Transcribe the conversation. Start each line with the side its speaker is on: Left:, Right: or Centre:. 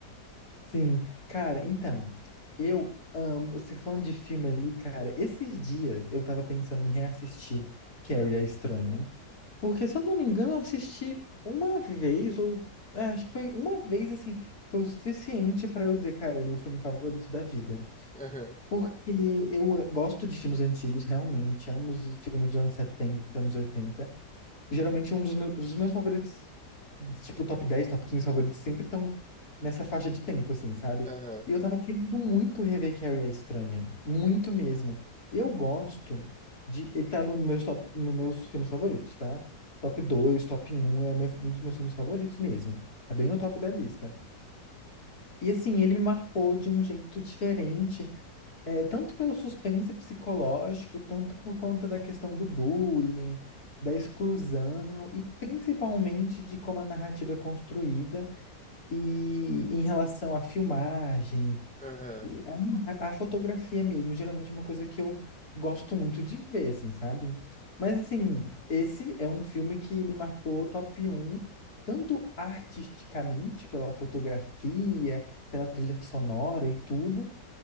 Left: sim. Cara, então, eu amo. Você falando de filme ali, cara, esses dias eu tava pensando em reassistir Carrie a Estranha. Porque, se eu não me engano, eu assisti uma vez, ou é, acho que foi uma vez assim, foi o suficiente pra eu dizer, cara, é meu filme favorito da vida.
Centre: Aham,
Left: Porque eu gosto de filmes antigos, realmente. Amo os filmes dos anos setenta anos oitenta Geralmente, um dos meus, os meus favoritos, tipo, top dez top 15 favoritos, sempre estão nessa faixa de tempo, assim, sabe?
Centre: aham,
Left: E eu tava querendo muito rever Carrie a Estranha. Muito mesmo. Eu gosto de. Ele tá no meus top, no meus filmes favoritos, tá? Top dois top um é meu- um dos meus filmes favoritos mesmo. Tá bem no top da lista. E assim, ele me marcou de um jeito diferente é, tanto pelo suspense psicológico, tanto por conta da questão do bullying, da exclusão e principalmente de como a narrativa é construída e em relação à filmagem,
Centre: aham.
Left: e a, ima- a fotografia mesmo, geralmente é uma coisa que eu gosto muito de ver, assim, sabe? Mas assim, esse é um filme que me marcou top um tanto artisticamente, pela fotografia, pela trilha sonora e tudo,